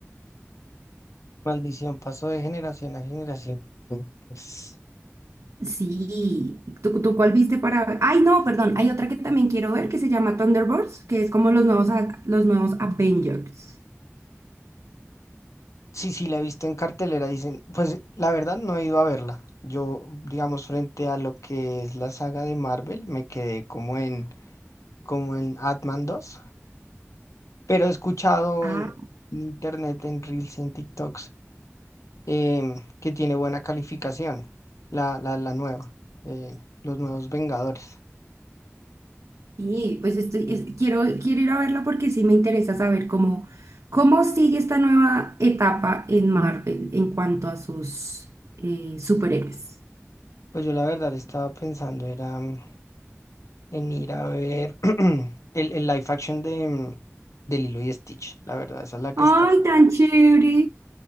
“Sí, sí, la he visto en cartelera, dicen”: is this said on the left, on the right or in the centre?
Left